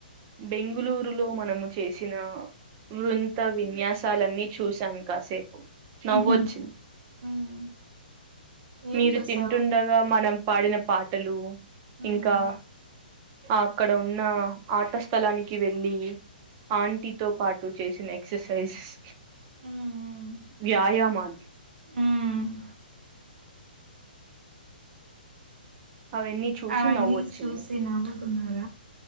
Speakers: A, on the right (about 30°); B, on the right (about 80°).
A: బెంగళూరులో మనము చేసిన వృంత విన్యాసాలన్నీ చూసాము కాసేపు. నవ్వు
B: ఉహు
A: వచ్చింది.
B: ఉమ్ ఏం
A: మీరు
B: చూసావు
A: తింటుండగా మనం పాడిన పాటలు
B: ఉమ్
A: ఇంకా అక్కడ ఉన్నా ఆట స్థలానికి వెళ్ళి ఆంటీతో పాటు చేసిన ఎక్సర్సైజ్స్
B: ఉమ్
A: వ్యాయామాలు
B: ఉమ్
A: అవన్నీ చూసి
B: అవన్నీ
A: నవ్వొచ్చింది
B: చూసినావు కున్నర